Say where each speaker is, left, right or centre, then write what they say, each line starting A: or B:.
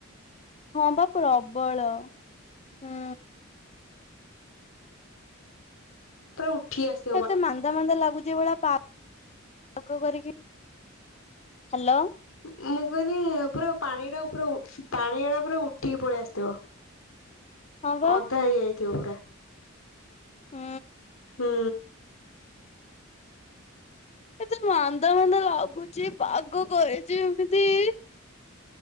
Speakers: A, on the left (about 30°); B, on the left (about 75°).
A: ହଁ ବା ପ୍ରବଳ ହୁଁ
B: ପୁରା ଉଠି ଆସି -
A: କେତେ ମାନ୍ଦାମାନ୍ଦା ଲାଗୁଛି ଏଇ ଭଳିଆ ପା - ହ୍ୟାଲୋ!
B: ମୁଁ, କହନି ପୁରା ପାଣି ଟା ପୁରା ଉ ପାଣି ଅଡା ପୁରା ଉଠିକି ପଳେଇ ଆସିଥିବ।
A: ହଁ ବା
B: ଅଧା ହେଇଆଇଥିବ ପୁରା।
A: ହୁଁ।
B: ହୁଁ।
A: ଏତେ ମାନ୍ଦା ମାନ୍ଦା ଲାଗୁଛି, ପାଗ କରିଛି ଏମିତି!